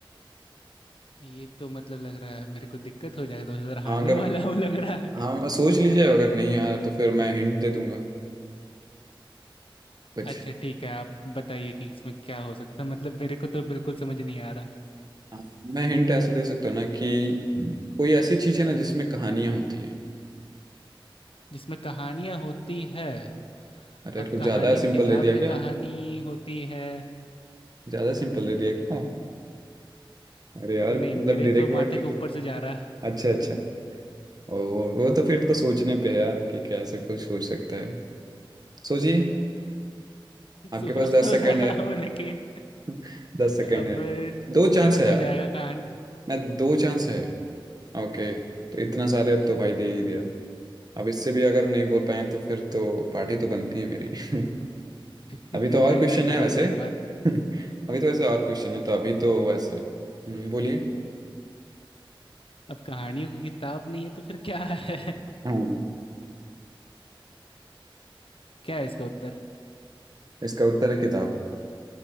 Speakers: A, on the left; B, on the right.
A: ये तो मतलब लग रहा है मेरे को दिक्कत हो जाएगा दो हजार
B: हाँ
A: हारने
B: अगर
A: वाला <laughs> हूँ लग रहा है
B: हाँ सोच लीजिए अगर नहीं आया तो फिर मैं हिंट दे दूंगा कुछ
A: अच्छा ठीक है आप बताइए कि इसमें क्या हो सकता है मतलब मेरे को तो बिल्कुल समझ नहीं आ रहा
B: हाँ, मैं हिंट ऐसा दे सकता हूँ ना कि कोई ऐसी चीज है ना जिसमें कहानियां होती है
A: जिसमें कहानियां होती है
B: अरे
A: अब
B: यार कुछ
A: कहानियों
B: ज्यादा सिंपल
A: किताब
B: दे दिया
A: में
B: क्या
A: कहानी होती है
B: ज्यादा सिंपल दे दिया क्या अरे यार
A: नहीं
B: मतलब
A: मेरे
B: डायरेक्ट
A: तो माथे
B: वर्ड
A: के ऊपर
B: तो
A: से जा रहा है
B: अच्छा अच्छा और वो वो तो फिर तो सोचने पे है यार कि कैसे कुछ सोच सकता है सोचिए आपके
A: सोच
B: पास दस
A: तो
B: सेकंड
A: रहा
B: है
A: हूँ लेकिन
B: <laughs> दस सेकंड
A: अब
B: है दो चांस
A: गलत
B: है यार
A: हो जाएगा कहानी
B: मैं दो चांस है ओके तो इतना सारे अब तो भाई दे ही दिया अब इससे भी अगर नहीं बोल पाए तो फिर तो पार्टी तो बनती है मेरी <laughs>
A: अच्छा,
B: अभी तो
A: <laughs>
B: और
A: लग
B: क्वेश्चन
A: रहा है गया
B: है वैसे
A: मैं
B: <laughs>
A: इस बार
B: अभी तो वैसे और क्वेश्चन है तो अभी तो वैसे हम्म, बोलिए
A: अब कहानियों की किताब नहीं है तो फिर क्या है
B: हाँ
A: क्या है इसका उत्तर
B: इसका उत्तर है किताब